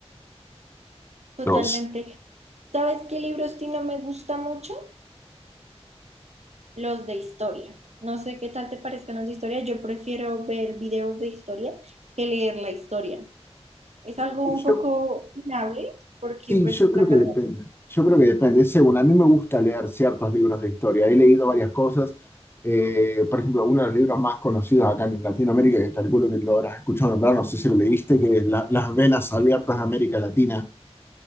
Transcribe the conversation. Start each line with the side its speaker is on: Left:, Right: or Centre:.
Right: Totalmente.
Left: Dos.
Right: ¿Sabes qué libros sí no me gusta mucho? los de historia. No sé qué tal te parezcan los de historia, yo prefiero ver videos de historia que leer la historia. Es algo un poco
Left: Yo,
Right: opinable porque
Left: sí,
Right: pues
Left: yo creo
Right: la
Left: que
Right: carrera...
Left: depende. Yo creo que depende. Es según, a mí me gusta leer ciertos libros de historia. He leído varias cosas. Eh, por ejemplo, uno de los libros más conocidos acá en Latinoamérica, que calculo que lo habrás escuchado nombrar, no sé si lo leíste, que es La- Las venas abiertas de América Latina.